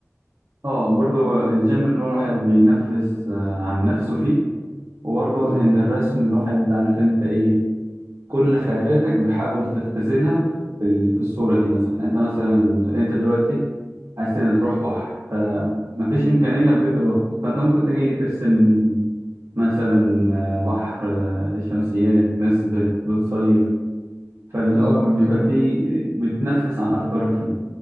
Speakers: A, on the right; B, on the left.
A: اه برضه الجيم ان الواحد بينفس آه، عن نفسه فيه وبرضه
B: مم.
A: ان الرسم الواحد عارف انت ايه كل خيالاتك بتحاول تختزلها في ال- في الصورة دي مثلا انت مثلا انت دلوقتي عايز تن- تروح بحر فمفيش إمكانية لضيق الوقت فانت ممكن تجي ترسم مثلا آه، بحر آه، شمسيات ناس بت- بتصيف فاللي
B: مم.
A: هو بيبقى
B: مم.
A: فيه بتنفس عن أفكارك فيه